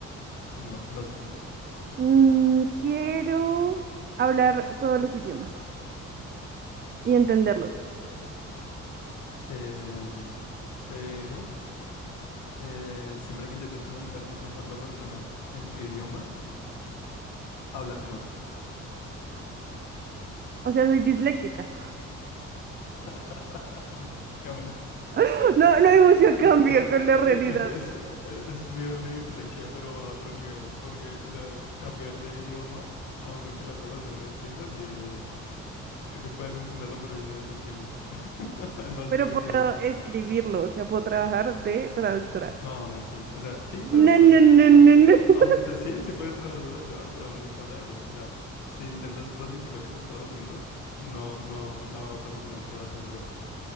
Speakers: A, on the left; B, on the right.
A: Ba- Basto.
B: Mm, quiero hablar todos los idiomas y entenderlos.
A: Em, pero eh, siempre que intentas comunicarte con otra persona en su idioma, hablas en otro.
B: O sea, soy disléxica.
A: <laughs> Básicamente.
B: <gasps> No, no hay mucho <laughs>
A: Pero
B: cambio
A: es,
B: con la realidad,
A: es, es, es- es nivel de dislexia, pero a otro nivel, porque, o sea, cambiar de idioma a uno que la otra persona no entienda, sí, que tú puedas entenderlo, pero nadie te entiende. <laughs> Es básicamente
B: pero puedo
A: eso.
B: escribirlo, o sea, puedo trabajar de traductora.
A: No, aún así. O sea, sí,
B: No,
A: pero
B: no,
A: pues,
B: no,
A: eh,
B: no, no. <laughs>
A: aún- o sea, sí, sí puedes trabajar de traductora, pero aún así pasa eso. O sea, si intentas transmitir lo que estás traduciendo, no, no, la otra persona no te va a atender.